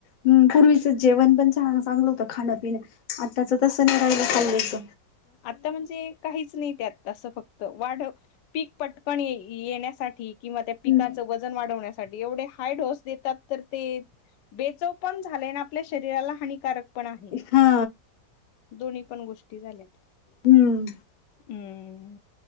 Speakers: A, on the left; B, on the left.
A: हम. <unintelligible> जेवण पण चांगलं होतं खाणपिणं आत्ताच तसं नाही राहिलं हल्लीच.
B: आता म्हणजे काहीच नाही त्यात असं. फक्त वाढ पीक पटकन ये येण्यासाठी किंवा त्या पिकाच
A: हम्म
B: वज जन वाढवण्या साठी येवढे हाय ढोस देतात. तर ते बेचव पण झालय ना आपल्या शरीराला हानिकारक पण आहे.
A: हा
B: दोन्ही पण गोष्टी झाल्यात.
A: हम्म.
B: हम्म.